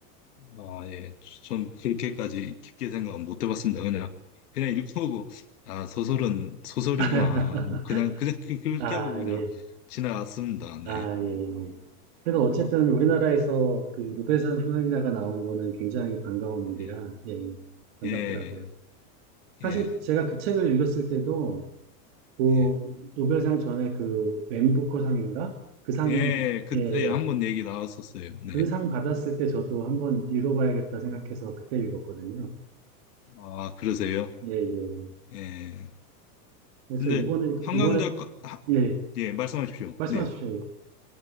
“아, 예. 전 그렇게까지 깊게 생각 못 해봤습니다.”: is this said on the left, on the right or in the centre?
Left